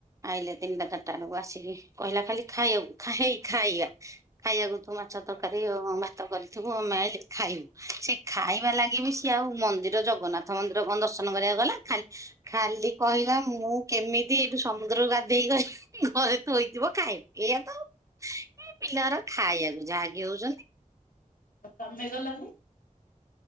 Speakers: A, on the right; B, on the left.
A: ଆଇଲା ତିନିଟା, ଚାଟା ବେଳକୁ ଆସିକି କହିଲା ଖାଲି ଖାଇଆକୁ ଖାଇ ଖାଇବା। ଖାଇଆକୁ ତୁ ମାଛ ତରକାରୀ ଆଉ ଭାତ କରିଥିବୁ ଆମେ ଆଇଲେ ଖାଇବୁ। ସେ ଖାଇବା ଲାଗି ବି ସିଏ ଆଉ ମନ୍ଦିର ଜଗନ୍ନାଥ ମନ୍ଦିର କଁ ଦର୍ଶନ କରିଆକୁ ଗଲା ଖାଲ୍ ଖାଲି କହିଲା ମୁଁ କେମିତି ଏଠୁ ସମୁଦ୍ରରୁ ଗାଧେଇ <unintelligible> ଘରେ ଥୋଇଥିବ ଖାଇବି ଏଇଆ ତ ଏ ଆଉ ଗୁରା ପିଲାର ଖାଇଆକୁ ଯାହାକି ହଉଚ଼ନ୍ତି।
B: ଅ ତମେ ଗଲନି?